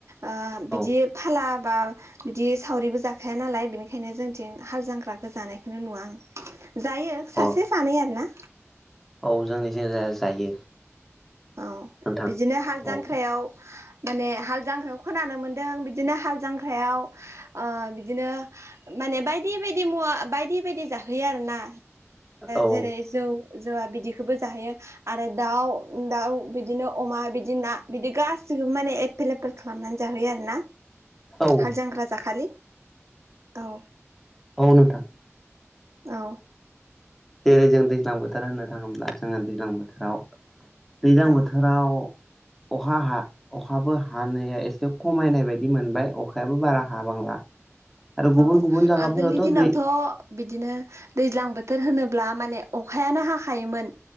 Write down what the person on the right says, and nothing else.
ओ बिदि
फाला बा बिदि सावरिबो जाखाया नालाय बेनिखायनो जोंथिं हाल जांख्राखौ जानायखौनो नुवा आं जायो सासे
सानै आरोना
औ
बिदिनो हाल जांख्रायाव
माने हाल जांख्रायाव खोनानो मोनदों बिदिनो हाल जांख्रायाव ओ बिदिनो माने बायदि बायदि मुवा बायदि बायदि जाहोयो आरोना
जेरै जौ जौवा बिदिखौबो जाहैयो आरो दाउ दाउ बिदिनो अमा बिदि ना बिदि गासैखौबो माने एभेलेबोल खालामनानै जाहोयो आरोना
हालजांख्रा जाखलि औ
औ
औ
औ
औ
आगोलनि दिनावथ'
बिदिनो दैज्लां बोथोर होनोब्ला माने अखायानो हाखायोमोन